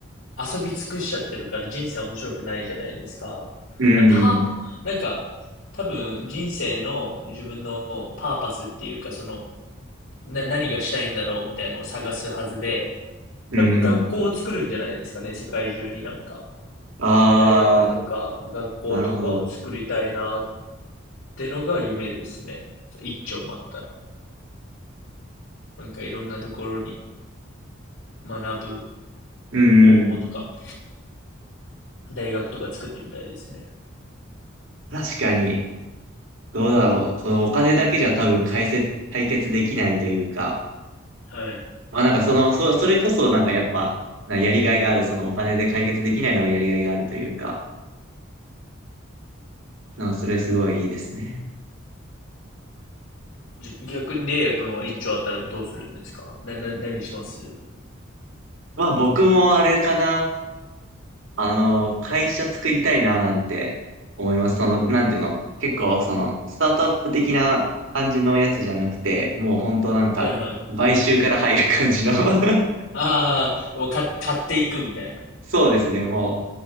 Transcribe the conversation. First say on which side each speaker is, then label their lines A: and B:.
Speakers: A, on the left; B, on the right.
A: 遊び尽くしちゃってるから人生面白くないじゃないですか。
B: うーん、
A: だからパー、なんか、多分人生の自分のパーパスっていうか、その、な、何がしたいんだろうみたいのを探すはずで、
B: うーん。
A: 多分学校を作るんじゃないですかね、世界中になんか。
B: あ
A: 大学とか学校とかを作りたいなっ
B: ー、なるほど。
A: てのが夢ですね。一丁待ったら。なんかいろんなところに学ぶ
B: うー
A: 方法とか、
B: ん。
A: 大学とか作ってみたいですね。
B: 確かに、どうだろう。そのお金だけじゃ多分解説、解決できないというか、
A: はい。
B: まあなんかその、そ、それこそなんかやっぱ、なんかやりがいがある、そのお金で解決できないのはやりがいがあるというか、なんかそれすごいいいですね。
A: じ逆にレイヤ君は一丁あったらどうするんですかな、な、何します
B: まあ僕もあれかな、あの、会社作りたいななんて思います。その、なんていうの、結構その、スタートアップ的な感じのやつじゃなくて、もう本当なんか、
A: はいはい。
B: 買収から入る感じの <laughs>
A: ああ、もうか、買っていくみたいな。
B: そうですね、もう。